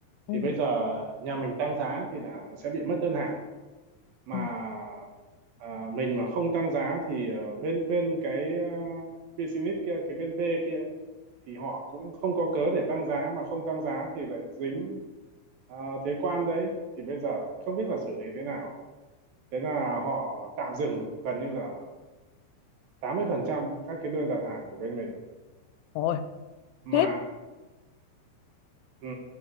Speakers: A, on the left; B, on the right.
A: Ừ.
B: Thì bây giờ nhà mình tăng giá thì là nó sẽ bị mất đơn hàng mà
A: Ừ.
B: ờ, mình mà không tăng giá thì ờ, bên bên cái ờ, business kia cái bên B kia ấy, thì họ cũng không có cớ để tăng giá mà không tăng giá thì lại dính ờ, thuế quan đấy thì bây giờ không biết là xử lý thế nào thế là họ tạm dừng gần như là 80% các cái đơn đặt hàng của bên mình
A: Ôi,
B: mà
A: khiếp.
B: ừ,